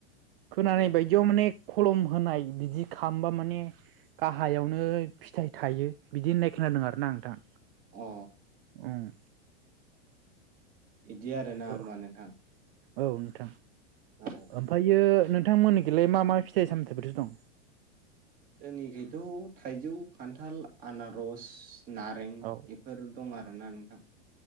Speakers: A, on the right (about 65°); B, on the right (about 30°).
A: खोनानाय
B: अ
A: बायदियाव माने खलम होनाय बिदि खालामबा माने गाहायावनो फिथाइ थायो बिदि होननाय खोनादों आरोना नोंथां।
B: अ।
A: उम।
B: बिदि आरोना
A: औ
B: होमबा नोंथां?
A: औ नोंथां।
B: औ
A: ओमफ्रायो नोंथांमोननिखैलाय मा मा फिथाइ सामथाइफोर दं?
B: जोंनि गैथ' थाइजौ, खान्थाल, आनारस, नारें
A: औ
B: बेफोर दं आरोना नोंथां।